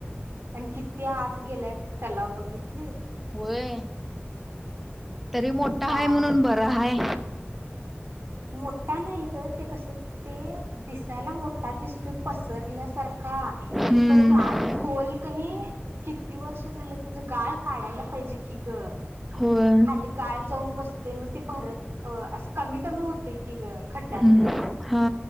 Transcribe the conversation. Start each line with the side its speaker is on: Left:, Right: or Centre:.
Right: आणि किती आत गेलाय तलाव बघितलीस?
Centre: होय तरी मोठा
Right: का
Centre: हाय म्हणून
Right: आणि
Centre: बरं हाय
Right: मोठा नाही तर ते कस ते दिसायला मोठा दिसतो पसरल्यासारखा का
Centre: हम्म.
Right: पण ते आत खोल कनी किती वर्ष झालं त्याच गाळ काढायला पाहिजे की ग,
Centre: होय
Right: खाली गाळ जाऊन बसलय ते मग ते भरत असं कमी कमी होते की खडड्डा
Centre: हम्म
Right: तो
Centre: हा